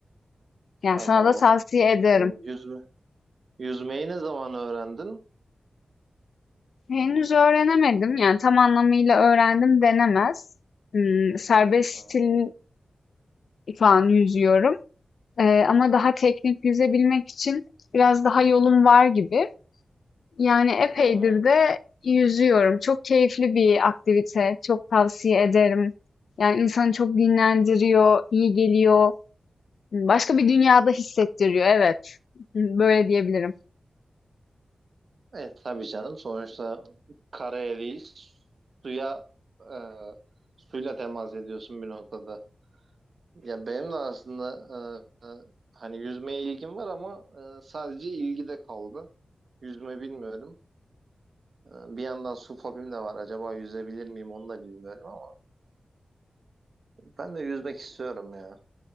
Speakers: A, on the left; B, on the right.
A: Yani,
B: anladım.
A: sana da tavsiye ederim.
B: E, yüzme, yüzmeyi ne zaman öğrendin?
A: Henüz öğrenemedim, yani, tam anlamıyla öğrendim denemez. Imm, serbest stil
B: Hı hı.
A: şu an yüzüyorum, eee, ama daha teknik yüzebilmek için biraz daha yolum var gibi. Yani, epeydir
B: hı.
A: de yüzüyorum. Çok keyifli bir aktivite, çok tavsiye ederim. Yani, insanı çok dinlendiriyor, iyi geliyor. Başka bir dünyada hissettiriyor. Evet. Böyle diyebilirim.
B: Evet tabii canım. Sonuçta karayeliyiz. Suya e, suyla temas ediyorsun bir noktada. Ya benim de aslında e, e, hani yüzmeye ilgim var ama e, sadece ilgi de kaldı. Yüzme bilmiyorum. E, bir yandan su fobim de var. Acaba yüzebilir miyim onu da bilmiyorum ama ben de yüzmek istiyorum ya.